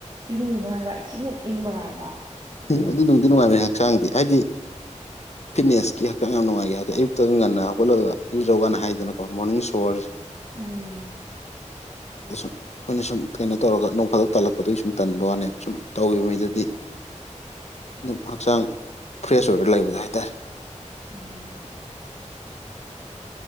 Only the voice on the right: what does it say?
ꯏꯔꯨꯔꯤꯅꯣ ꯍꯥꯏꯕ ꯏ ꯁꯤꯃꯨꯛ ꯌꯦꯡꯕ ꯀꯥꯟꯗ
ꯎꯝ
ꯎꯝ